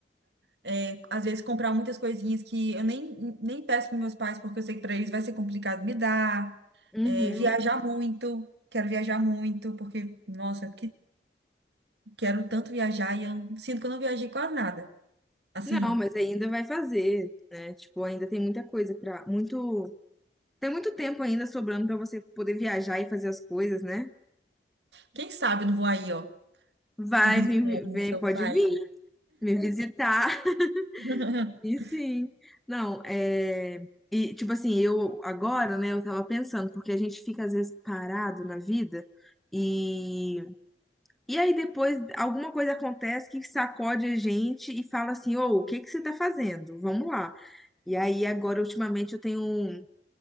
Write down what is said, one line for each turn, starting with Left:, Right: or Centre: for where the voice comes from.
Right: É, às vezes comprar muitas coisinhas que eu nem, nem peço para meus pais, porque eu sei que para eles vai ser complicado me dar.
Centre: Uhum.
Right: É, viajar muito, quero viajar muito, porque, nossa, eu que, quero tanto viajar e eu sinto que eu não viajei quase nada. Assim,
Centre: Não, mas ainda vai fazer, né? Tipo, ainda tem muita coisa pra. muito, tem muito tempo ainda sobrando pra você poder viajar e fazer as coisas, né?
Right: quem sabe eu não vou aí, ó,
Centre: Vai,
Right: te visitar
Centre: vem,
Right: aí no
Centre: vem,
Right: seu
Centre: pode
Right: país.
Centre: vir me visitar. <laughs>
Right: <laughs>
Centre: E sim. Não, é e tipo assim, eu agora, né, eu tava pensando, porque a gente fica às vezes parado na vida e e aí depois alguma coisa acontece que sacode a gente e fala assim: "Ô, o que que você tá fazendo? Vamos lá". E aí, agora, ultimamente, eu tenho. um